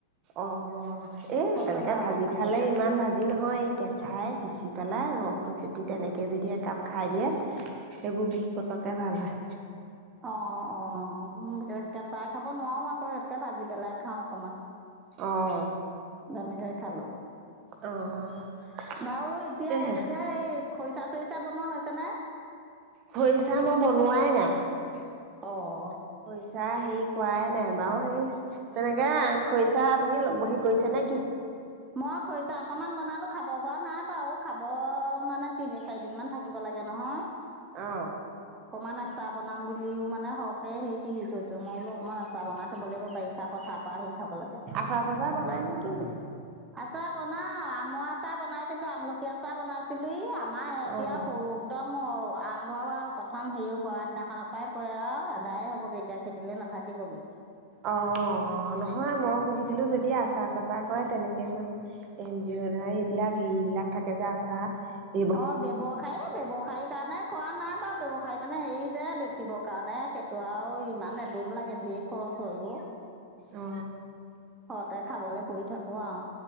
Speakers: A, on the right; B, on the right.
A: অ', অ' এই
B: পচলা
A: তেনেকে
B: অকণ
A: ভাজি
B: ভাজিলোঁ
A: খালে, ইমান ভাজি নহয় এই কেঁচাই পিচি পেলাই ৰসটো চেপি তেনেকে যদি একাপ খাই দিয়ে, সেইবো বিষ প'তককে ভাল হয়।
B: অঁ অঁ অঁ উম, কেঁচাই খাব নোৱাও আক' ইয়াতকে ভাজি পেলাই খাওঁ অকমান।
A: অঁ
B: তেনেকে খালো।
A: অঁ,
B: বাৰু এতিয়া
A: তাকেহে
B: হেৰি যে, এই খৰিচা-চৰিচা বনোৱা হৈছেনে?
A: খৰিছা, মই বনোৱাই নাই। খৰিছা
B: অঁ
A: হেৰি কৰাই নাই, বাৰু সেই তেনেকে খৰিচা আপুনি ল'বহি, কৰিছে নে কি?
B: মই খৰিছা অকনমান বনালো, খাব হোৱা নাই বাৰু, খাব মানে তিনি-চাৰি দিন মান থাক কিব লাগে নহয়।
A: অ।
B: অকমান আচাৰ বনাম বুলিও মানে হওক এ, সেই পিহি থৈছো, মই বোলো অকণমান আচাৰ বনাই থব লাগিব, বাৰিষা পথাৰ পৰা আহি খাবলেকে।
A: আচাৰ-চাচাৰ বনাই নে কিনো!
B: আচাৰ বনাও, আমৰ আচাৰ বনাইছিলো, আমলখি আচাৰ বনাইছিলো, ই আমাৰ ইহঁতে
A: অঁ
B: আৰু সৰু একদম আৰম্ভ হোৱা আৰু প্ৰথম হেৰি হোৱাৰ দিনাখনৰ পৰাই কয় আৰু এদায় হ'বগৈ এতিয়া। খেতিলে নাথাকিবগে।
A: অ', অ', নহয় মই সুধিছিলো, যদি আচাৰ-চাচাৰ কৰে, তেনেকে মানে এন জি অ' <unintelligible> এইবিলাক হেৰিবিলাক থাকে যে আচাৰত।
B: অহ', ব্যৱসায়, ব্যৱসায়ী কাৰণে কৰা নাই বাৰু ব্যৱসায়, মানে হেৰি যে বেচিবৰ কাৰণে সেইটো আৰু ইমান এদুম লাগে, ধেৰ খৰচ হয় অ',
A: অ
B: ঘৰতে খাবলে কৰি থাকো আৰু।